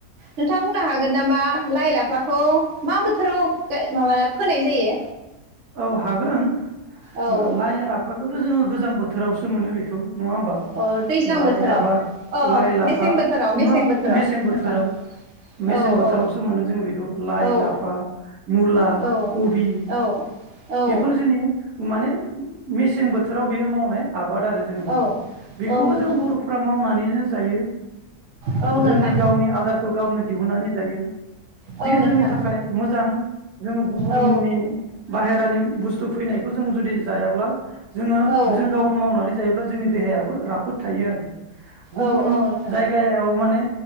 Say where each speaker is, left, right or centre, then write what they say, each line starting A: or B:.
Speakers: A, on the right; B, on the right.
A: नोंथाङा बुंनो हागोन नामा लाइ लाफाखौ मा बोथोराव फोनाय जायो?
B: औ हागोन।
A: औ
B: ओ लाय ला बेखौथ' जोङो गोजां बोथोरावसो मोनो बेखौ। नङा होमबा?
A: अ दैज्लां
B: लाइ
A: बोथोराव
B: आबाद
A: अ
B: लाइ लाफा
A: मेसें बोथोराव मेसें
B: ना
A: बोथोराव
B: मेसें बोथोराव
A: नोंथां
B: मेसें
A: औ
B: बोथोरावसो
A: औ
B: मोनो जोङो बेखौ। लाइ,
A: औ
B: लाफा, मुला,
A: औ
B: कबि,
A: औ औ
B: बेफोर जोंनि माने मेसें बोथोराव बियो मावनाय आबाद आरो जोंनि।
A: औ
B: बेखौबो
A: औ नोंथां
B: जों बर'फ्रा मावनानैनो जायो
A: औ नोंथां
B: जोंनि गावनि आदारखौ गावनो दिहुननानै जायो। बियो
A: औ नोंथां
B: जोंनि थाखाय मोजां जों गुबुननि
A: औ
B: बाहेरानि बुस्थु फैनायखौ जों जुदि जायाब्ला जोङो
A: औ
B: जों गावनो मावनानै जायो अब्ला जोंनि देहायाबो राफोद थायो आरो। गुबुन
A: औ औ नोंथां
B: जायगायाव माने